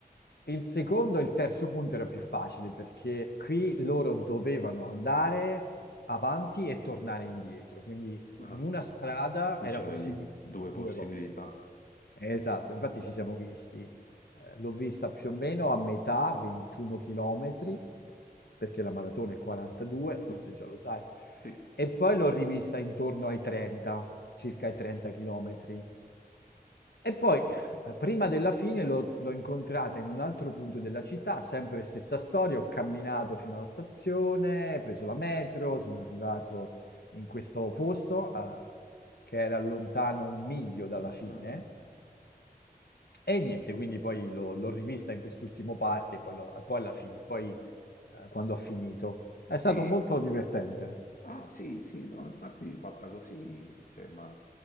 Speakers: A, on the left; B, on the left.
A: Il secondo e il terzo punto era più facile perché qui loro dovevano andare avanti e tornare indietro, quindi
B: ah,
A: in una strada
B: Dice
A: era
B: avevi
A: possibile
B: due possibilità.
A: due volte. Eh, Esatto, infatti ci siamo visti. Eh, L'ho vista più o meno a metà, 21 chilometri, perché la maratona è 42, forse
B: Mm.
A: già lo sai,
B: Sì.
A: e poi l'ho rivista intorno ai 30, circa ai 30 chilometri. E poi, eh, prima della fine, l'ho l'ho incontrata in un altro punto della città, sempre stessa storia, ho camminato fino alla stazione, preso la metro, sono arrivato in questo posto, a- che era lontano un miglio dalla fine
B: Ah, ah.
A: e niente, quindi poi l'ho, l'ho rivista in quest'ultimo parte, e poi, lo- poi alla fine, poi eh, quando ho finito. È stato
B: E
A: molto divertente.
B: Ah, sì, sì, no, infatti fatta così, cioè, ma